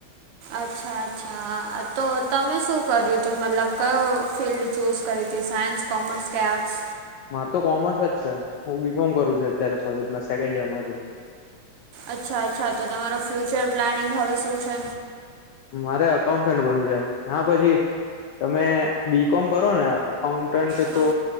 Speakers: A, on the right; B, on the left.
A: અચ્છા, અચ્છા તો તમે શું કર્યું તું? મતલબ કયો ફિલ્ડ ચૂઝ કરી હતી, સાયન્સ કોમર્સ કે આર્ટ્સ?
B: માર તો કોમર્સ જ છે. હું બીકોમ કરું છું અત્યારે કોલેજમાં સેકન્ડ યરમાં છું.
A: અચ્છા, અચ્છા તો તમારો ફ્યુચર પ્લાનિંગ હવે શું છે?
B: મારે અકાઉટન્ટ બનવું છે. ના, પછી તમે બીકોમ કરો ને અકાઉટન્ટ
A: હા
B: તો